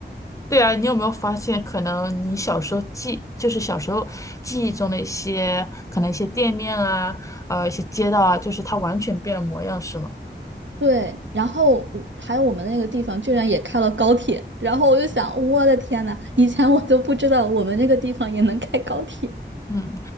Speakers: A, on the left (about 15°); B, on the right (about 85°).
A: 对啊，你有没有发现，可能你小时候记，就是小时候记忆中的一些，可能一些店面啊，呃，一些街道啊，就是它完全变了模样，是吗？
B: 对，然后我还有我们那个地方居然也开了高铁，然后我就想，我的天呐，以前我都不知道我们那个地方也能开高铁。
A: 嗯，